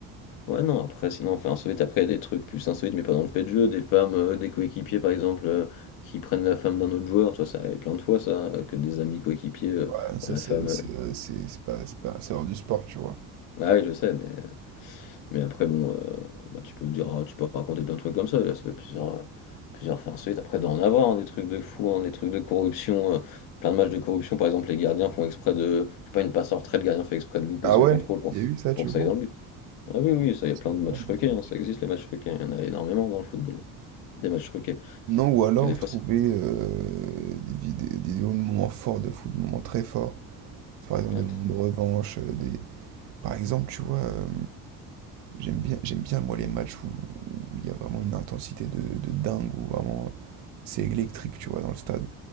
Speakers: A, on the left; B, on the right.
A: Ouais, non, après, sinon, enfin, insolite, après, il y a des trucs plus insolites, mais pas dans le fait de jeu. Des femmes, euh, des coéquipiers, par exemple, euh, qui prennent la femme d'un autre joueur, tu vois, ça arrive plein de fois, ça, euh, que des amis coéquipiers, euh,
B: Ouais, ça
A: bah, la
B: c'est
A: femme.
B: c'est
A: euh,
B: euh, c'est c'est pas c'est pas c'est hors du sport, tu vois.
A: Ah oui, je sais, mais, mais après, bon, euh, bah, tu peux dire, ah, tu peux raconter plein de trucs comme ça, là, ça fait plusieurs, euh, plusieurs faits insolites. Après, d'en avoir, hein, des trucs de fou, hein, des trucs de corruption, euh, plein de matchs de corruption, par exemple, les gardiens font exprès de. Je sais pas, une passe en retrait, le gardien fait exprès de louper
B: Ah
A: son
B: ouais?
A: contrôle pour
B: Il
A: que,
B: y a eu ça, tu
A: pour que
B: vois?
A: ça aille dans le but. Ah oui, oui, ça,
B: Ah,
A: il y a
B: ça
A: plein
B: doit
A: de matchs
B: dingue,
A: truqués,
B: quoi.
A: hein, ça existe les matchs truqués, il y en a énormément dans le football, hein, des matchs truqués.
B: Non, ou alors
A: Et des fois,
B: trouver
A: c'est...
B: euh, des vidé- des vidéos de moments forts de foot, de moments très forts. Par exemple,
A: Notre-
B: des moments de revanche, euh, des... Par exemple, tu vois, euh, j'aime bien, j'aime bien, moi, les matchs où où il y a vraiment une intensité de, de dingue, où vraiment euh, c'est électrique, tu vois, dans le stade.